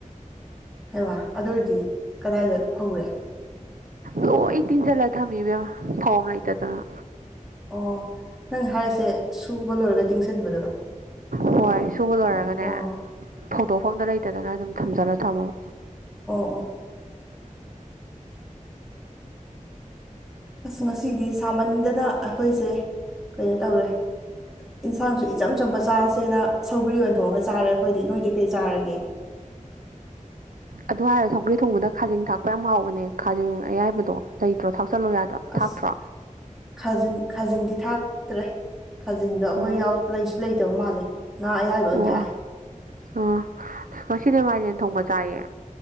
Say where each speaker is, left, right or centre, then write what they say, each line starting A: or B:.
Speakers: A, in the centre; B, on the right (about 80°).
A: ꯍꯩꯃꯥ ꯑꯗꯨ ꯑꯣꯏꯔꯗꯤ ꯀꯗꯥꯏꯗ ꯐꯧꯔꯦ
B: ꯂꯣꯏ ꯇꯤꯟꯖꯤꯜꯂ ꯊꯝꯃꯤ ꯏꯕꯦꯝꯃ ꯐꯧꯕꯝ ꯂꯩꯇꯗꯅ
A: ꯑꯣ ꯅꯪ ꯍꯥꯏꯔꯤꯁꯦ ꯁꯨꯕ ꯂꯣꯏꯔꯒ ꯇꯤꯡꯁꯤꯟꯕꯗꯨꯔꯣ
B: ꯍꯣꯏ ꯁꯨꯕ ꯂꯣꯏꯔꯒꯅꯦ
A: ꯑꯣ
B: ꯐꯧꯗꯣꯛꯐꯝꯗꯣ ꯂꯩꯇꯗꯅ ꯑꯗꯨꯝ ꯊꯝꯖꯂ ꯊꯥꯝꯃꯕ
A: ꯑꯣ ꯑꯣ ꯑꯁ ꯉꯁꯤꯗꯤ ꯁꯥꯃꯟꯗꯅ ꯑꯩꯈꯣꯏꯁꯦ ꯀꯩꯅꯣ ꯇꯧꯔꯦ ꯏꯟꯁꯥꯡꯁꯨ ꯏꯆꯝ ꯆꯝꯕ ꯆꯥꯁꯦꯅ ꯁꯧꯒ꯭ꯔꯤ ꯑꯣꯏꯅ ꯊꯣꯡꯉꯒ ꯆꯥꯔꯦ ꯑꯩꯈꯣꯏꯗꯤ ꯅꯣꯏꯗꯤ ꯀꯩ ꯆꯥꯔꯒꯦ
B: ꯑꯗꯨ ꯍꯥꯏꯔ ꯁꯧꯒ꯭ꯔꯤ ꯊꯣꯡꯕꯗ ꯈꯖꯤꯡ ꯊꯥꯛꯄ ꯌꯥꯝ ꯍꯥꯎꯕꯅꯦ ꯈꯖꯤꯡ ꯑꯌꯥꯏꯕꯗꯣ ꯂꯩꯇ꯭ꯔꯣ ꯊꯥꯛꯆꯜꯂꯣ ꯌꯥꯗ꯭ꯔꯣ
A: ꯑꯁ
B: ꯊꯥꯛꯇ꯭ꯔꯣ
A: ꯈꯖꯤꯡ ꯈꯖꯤꯡꯗꯤ ꯊꯥꯛꯇ꯭ꯔꯦ ꯈꯖꯤꯡꯗꯣ ꯑꯩꯈꯣꯏ
B: ꯑꯣ
A: ꯌꯥꯎ ꯂꯩꯁꯨ ꯂꯩꯇꯕ ꯃꯥꯜꯂꯦ ꯉꯥ ꯑꯌꯥꯏꯕ ꯑꯣꯏꯅ
B: ꯑꯣ
A: ꯊꯥꯛꯑꯦ
B: ꯑꯣ ꯉꯁꯤꯗꯤ ꯃꯥꯏꯔꯦꯟ ꯊꯣꯡꯕ ꯆꯥꯏꯌꯦ